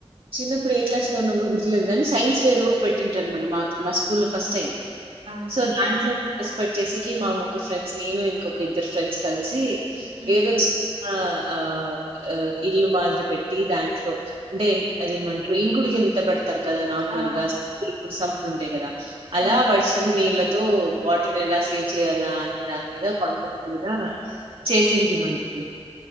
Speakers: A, on the right (about 60°); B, on the right (about 85°).
A: చిన్నప్పుడు ఏ క్లాస్ లో ఉన్నప్పుడు గుర్తులేదు కానీ సైన్స్ వేరు పెట్టింటారునమాట మా మా స్కూల్లో ఫస్ట్ టైం
B: ఆ
A: సో దాంట్లో పట్ట్ట చేేసికి మా ముగ్గురు ఫ్రెండ్స్ నేను ఇంకొక ఇద్దరు ఫ్రెండ్స్ కలిసి
B: ఉమ్
A: ఏదచ్చ ఆ ఆ ఇల్లు మాదిరి పెట్టి దాంట్లో అంటే అదేమంటారు ఇంకుడుకి ఎంత పెడుతు తర్క నార్మల్
B: ఆ
A: గా సంప ఉండే కదా అలా
B: ఉమ్
A: వర్షం నీళ్ళదు వాటర్ ఎలా సేవ్ చేయాల అనే దాని మీద కాంటాక్ట్ మీద చేసింటి మనకి